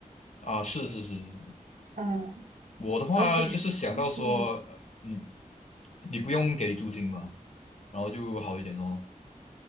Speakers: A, on the left; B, on the right.
A: 啊，是是是是，
B: 嗯，
A: 我的话就是想到说，
B: 而且嗯，
A: 呃，嗯，你不用给租金嘛，然后就好一点咯。